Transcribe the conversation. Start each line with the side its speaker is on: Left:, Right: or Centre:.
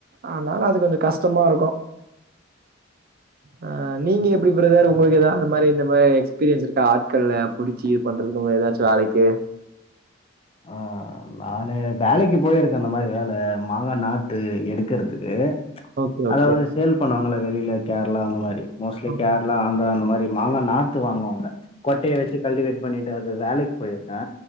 Right: அதனால அது கொஞ்ச கஷ்டமா இருக்கு ஆ நீங்க எப்டி பிரதர் உங்களுக்கு எதாவ்து அந்த மாரி இந்த மாரி எக்ஸ்பீரியன்ஸ் இருக்கா ஆட்கள்ல புடிச்சு இது பண்றதுக்கு உங்கள எதாச்சு வேலைக்கு
Left: ஆ நானு வேலைக்கு போயிருக்க அந்த மாரி வேல மாங்கா நாத்து எடுக்கிறதுக்கு
Right: ஓகே,
Left: அதாவ்து
Right: ஓகே.
Left: சேல் பண்ணுவாங்கள வெளில கேரளா அந்த மாரி மோஸ்ட்லி
Right: ஆ.
Left: கேரளா ஆந் ந்திரா அந்த மாரி மாங்க நாத்து வாங்குவாங்க கொட்டைய வெச்சு கல்டிவேட் பண்ணிட்டு அது வேலைக்கு போயிருக்கே